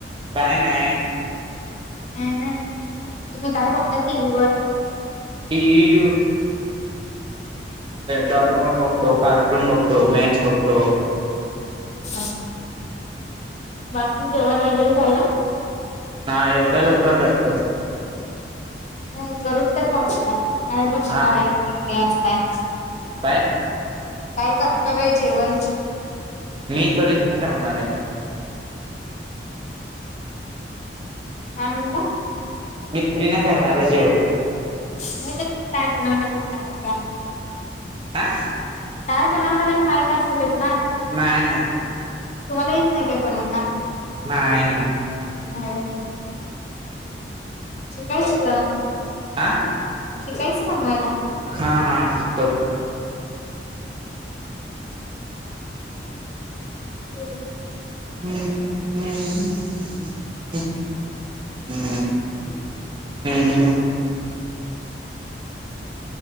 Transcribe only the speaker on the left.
ह तुम्ही काय बघता टीव्ही वर?
अ् बाकी जेवण वगैेर झालं?
नाही करून तर का पण होणारकाय बनवणार
आहे अस काय.
काय करणारय जेवण?
का म्हनला?
नाहीतर पण काय बनवणारच नाहीतर का.
काय बनवनार माहित असेल कि,
तुम्हाला येत नाही काय बनवता?
ह <unintelligible> शिकयच.
शिकायचं बनवायला.
होम्,